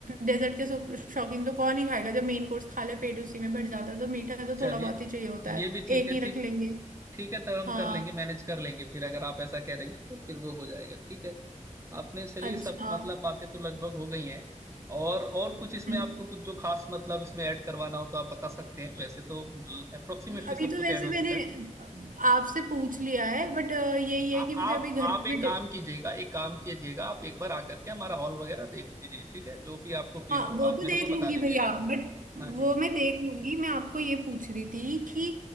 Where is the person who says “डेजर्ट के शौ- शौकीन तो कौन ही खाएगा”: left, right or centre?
Right